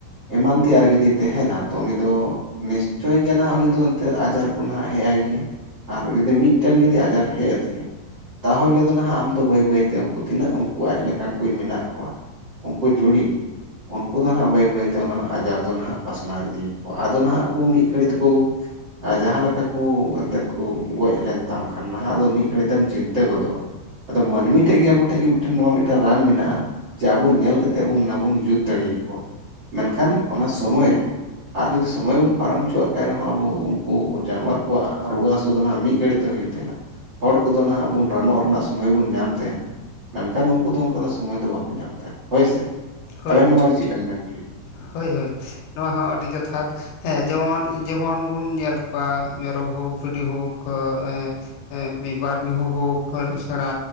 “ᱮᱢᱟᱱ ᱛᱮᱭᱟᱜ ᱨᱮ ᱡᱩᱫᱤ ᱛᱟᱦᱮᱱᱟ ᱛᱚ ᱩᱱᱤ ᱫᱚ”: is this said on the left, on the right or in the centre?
Right